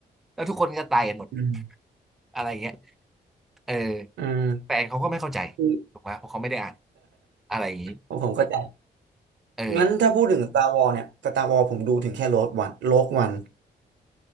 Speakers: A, in the centre; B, on the right (about 80°).
A: แล้วทุกคนก็ตายกันหมด
B: อืม
A: อะไรอย่างเงี้ยเออ
B: อืม
A: แฟนเขาก็ไม่เข้าใจ
B: คือ
A: ถูกไหมเพราะเขาไม่ได้อ่านอะไรอย่างนี้
B: ผมเข้าใจ
A: เออ
B: งั้นถ้าพูดถึง Star Wars เนี่ย Star Wars ผมดูถึงแค่ Rogue One Rogue One